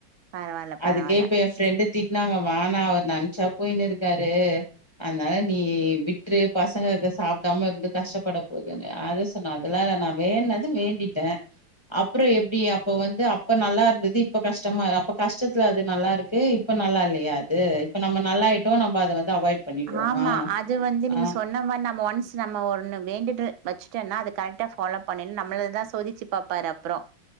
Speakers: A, on the right; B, on the left.
A: பரவால்ல
B: அதுக்கே
A: பரவால்ல
B: இப்ப எ ஃப்ரெண்டு திட்னாங்க வேனா அவர் நன்ச்சா போய்னு இருக்காரு அனால நீ விட்ரு பசங்கக சாப்டாம இருந்து கஷ்டப்படப் போகுது அதா சொன்ன அதெல்லால நா வேண்னது வேண்டிட்ட அப்புறு எப்டி அப்போ வந்து அப்ப நல்லா இருந்தது இப்போ கஷ்டமா அப்போ கஷ்டத்துல அது நல்லா இருக்கு இப்ப நல்லா இல்லையா அது இப்ப நம்ம நல்லாய்ட்டோ நம்ப அத வந்து அவாய்ட் பண்ணிடுவோமா
A: ஆமா அது வந்து நீங்க
B: ஆ
A: சொன்ன மாரி நம்ம ஒன்ஸ் நம்ம ஒண்ணு வேண்டிட்டு வச்சுட்டேன்னா அது கரக்ட்டா ஃபாலோ பண்ணனு நம்மளது தா சோதிச்சு பாப்பாரு அப்பறோ